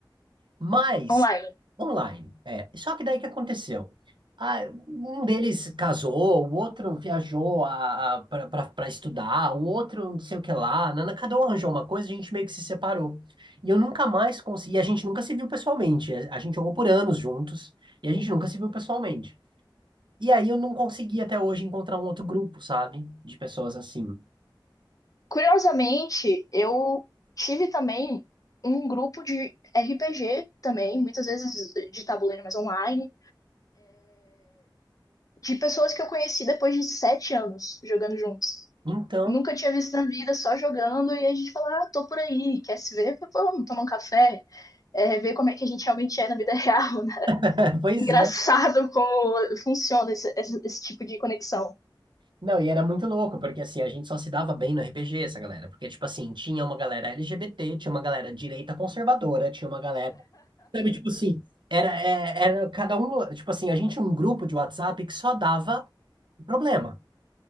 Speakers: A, on the right; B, on the left.
A: Mas,
B: online?
A: online, é. Só que daí que aconteceu? Ah, um deles casou, o outro viajou para estudar, o outro não sei o que lá. Nana, cada um arranjou uma coisa, a gente meio que se separou. E eu nunca mais consegui, e a gente nunca se viu pessoalmente. A, a gente jogou por anos juntos, e a gente nunca se viu pessoalmente. E aí eu não consegui até hoje encontrar um outro grupo, sabe? De pessoas assim.
B: Curiosamente, eu tive também um grupo de RPG também, muitas vezes de tabuleiro, mas online de pessoas que eu conheci depois de sete anos jogando juntos.
A: Então,
B: Nunca tinha visto na vida, só jogando, e a gente fala, ah, tô por aí, quer se ver? Vamos tomar um café, é, ver como é que a gente realmente é na vida <laughs> real, né?
A: <laughs> pois
B: Engraçado
A: é.
B: como funciona esse, esse, esse tipo de conexão.
A: Não, e era muito louco, porque assim, a gente só se dava bem no RPG, essa galera. Porque, tipo assim, tinha uma galera LGBT, tinha uma galera direita conservadora, tinha uma galera. Sabe, tipo assim, era, é- era cada um. Tipo assim, a gente tinha um grupo de WhatsApp que só dava problema.